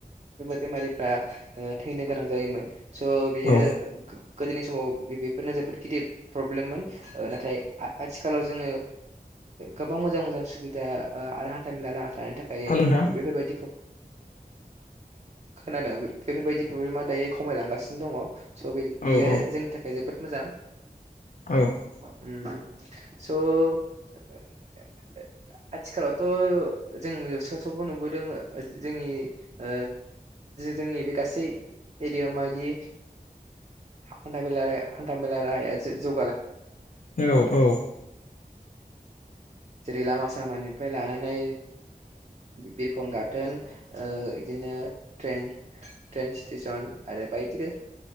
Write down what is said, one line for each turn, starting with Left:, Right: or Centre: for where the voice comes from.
Right: बेमारिफ्रा थैनो नो गोनां जायोमोन स बेयो
Left: औ
Right: गोदोनि समाव बेफोरनो जोबोद गिदिर प्रब्लेममोन ओ नाथाय आथिखालाव जोङो गोबां मोजां मोजां सुबिदा आरो हान्था मेला ल थानायनि थाखाय
Left: हेल' नोंथां
Right: बेफोरबायदि खोनादों बेफोरबायदि प्रब्लेमा दायो खमायलांगासिनो दङ स' बे
Left: औ
Right: बेयो
Left: औ
Right: जोंनि थाखाय जोबोद मोजां
Left: औ
Right: स'
Left: <inaudible>
Right: आथिखालावथ' जों स सबो नुबोदों ओ जोंनि ओ जोंनि बे गासै एरियाायाव मायदि हान्था मेला राहाया हान्था मेला राहाया जौ
Left: औ औ
Right: जेरै लामा सामानिफ्राय लानानै बिरखं गाथोन बिदि दिनो ट्रेन ट्रेन स्टेसन आरो बायदिगो